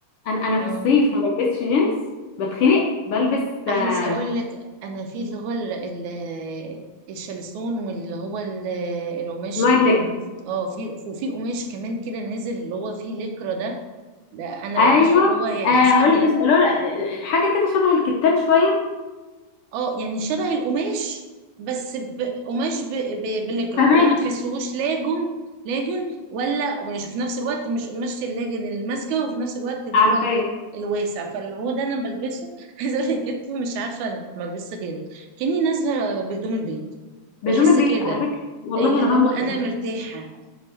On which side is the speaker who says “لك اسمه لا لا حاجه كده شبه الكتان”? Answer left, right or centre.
Left